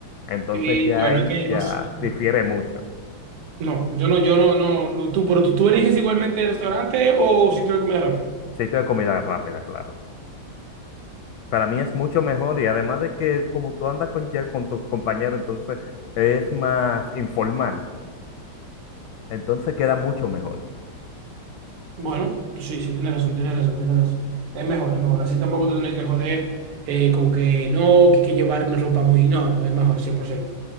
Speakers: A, on the left (about 75°); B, on the right (about 85°).
A: Entonces
B: Y
A: ya
B: bueno,
A: ahí
B: es que
A: ya
B: no sé.
A: difiere mucho.
B: No, yo no, yo no, no. Tú, pero tú, tú eliges igualmente el restaurante o sitio de comida rápida.
A: Sitio de comida rápida, claro. Para mí es mucho mejor y además de que como tú andas con, ya con tus compañeros, entonces es más informal, entonces queda mucho mejor.
B: Bueno, sí, sí, tienes razón, tienes razón, tienes razón. Es mejor, es mejor. Así tampoco te tienes que joder eh, con que no, que hay que llevar una ropa muy. No, no, es mejor, cien cien por ciento